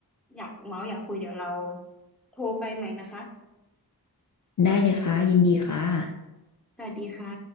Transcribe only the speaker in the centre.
อยากเมาส์อยากคุยเดี๋ยวเราโทรไปใหม่นะคะ
สวัสดีค่ะ